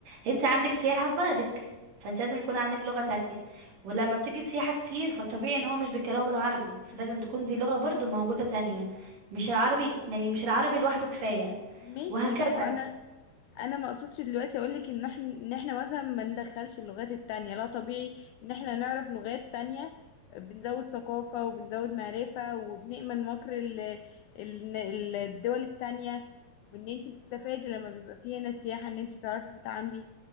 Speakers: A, on the right; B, on the left.
A: أنت عندك سياحة في بلدك فأنت لازم يكون عندك لغة تانية ولما بتيجي السياحة كتير فالطبيعي إن هو مش بيتكلموا بالعربي فلازم تكون دي لغة برضو موجودة تانية مش العربي يعني مش العربي لوحده كفاية
B: ماشي
A: وهكذا
B: ما هو انا انا ما اقصدش دلوقتي اقول لك ان احنا ان احنا مثلا ما ندخلش اللغات التانية لا طبيعي ان احنا نعرف لغات تانية بنزود ثقافة وبنزود معرفة وبنأمن مكر ال ال ال- الدول التانية وان انت بتستفادي لما بيبقى فيه هنا سياحة ان انت تعرفي تتعاملي